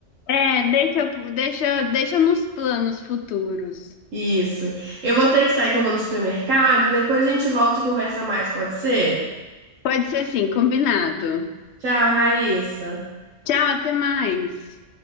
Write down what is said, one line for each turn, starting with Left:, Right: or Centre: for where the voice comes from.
Left: É, deixa, deixa, deixa nos planos futuros.
Right: Isso. Eu vou ter que sair que eu vou no supermercado. Depois a gente volta e conversa mais, pode ser?
Left: Pode ser assim, combinado.
Right: Tchau, Raíssa.
Left: Tchau, até mais.